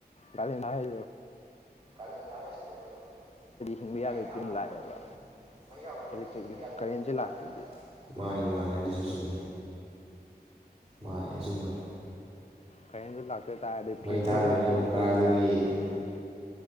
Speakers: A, on the left; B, on the right.
A: ꯀꯥꯂꯦꯟ ꯊꯥ ꯍꯥꯏ
B: ꯀꯥꯂꯦꯟ ꯊꯥ ꯍꯥꯏꯁꯤꯦ ꯑꯩꯈꯣꯏ
A: ꯍꯤꯡꯕ ꯌꯥꯗꯕ
B: ꯀꯥꯂꯦꯟꯊꯥ
A: ꯐꯤꯕꯝ
B: ꯃꯅꯨꯡꯗ
A: ꯂꯥꯛꯑꯦꯕ
B: ꯑꯩꯈꯣꯏ ꯃꯩ ꯌꯥꯎꯗ꯭ꯔꯗꯤ
A: ꯏꯂꯦꯛꯇ꯭ꯔꯤꯛ
B: ꯍꯤꯡꯕ ꯌꯥꯗꯗꯤꯝ
A: ꯀꯔꯦꯟꯁꯦ
B: ꯂꯥꯛꯑꯦꯕ
A: ꯂꯥꯛꯇ꯭ꯔꯗꯤ
B: ꯃꯥꯅꯤ ꯃꯥꯅꯤ ꯑꯗꯨꯁꯨ ꯁꯨꯝ ꯃꯥꯅꯦ ꯑꯆꯨꯝꯕꯅꯤ
A: ꯀꯩꯏꯡꯁꯨ ꯂꯥꯛ ꯆ ꯇꯥꯔꯗꯤ
B: ꯃꯩ
A: ꯐꯦꯟꯗ
B: ꯊꯥꯗꯔꯗꯤ
A: ꯑꯗꯨꯝ
B: ꯑꯃꯨꯛ
A: ꯑꯣꯟ
B: ꯀꯥꯏꯗꯒꯤ
A: ꯇꯧꯕ ꯌꯥꯔꯣꯏ ꯃꯥꯅꯤ ꯃꯥꯅꯤ